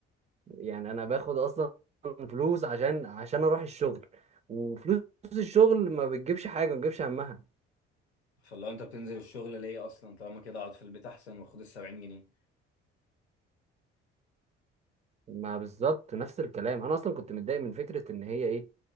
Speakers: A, on the right (about 20°); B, on the left (about 80°).
A: يعني انا باخد اصلا فلوس عشان عشان اروح الشغل وفلوس الشغل ما بتجيبش حاجه ما بتجيبش همها
B: فلو انت بتنزل الشغل ليه اصلا طالما كده اقعد في البيت احسن واخد ال 70 جنيه
A: ما بالظبط نفس الكلام انا اصلا كنت متضايق من فكره ان هي ايه